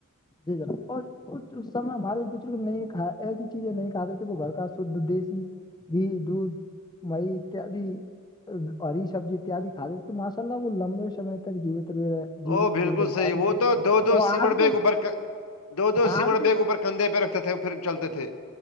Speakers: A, on the left; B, on the left.
A: جی جناب اور سم ہمارے بزرگ نہیں کھ ایسی چیزیں نہیں کھاتے تھے وہ گھر کا شد دیسی گھی دودھ مئی اتیاد ہری سبزی اتیاد کھاتے تھے تو ماشا اللہ وہ لمبے سے تک جیوت رہ رہے جیوت
B: او بالکل
A: ویر ان
B: صحیح
A: پاتے
B: وہ
A: تھے
B: تو دو دو
A: وہ
B: سیمٹ
A: آج
B: بیگ
A: کے
B: اوپر ک- دو دو
A: آج
B: سیمٹ
A: کے
B: بیگ اوپر کندے پہ رکھتے تھے پھر چلتے تھے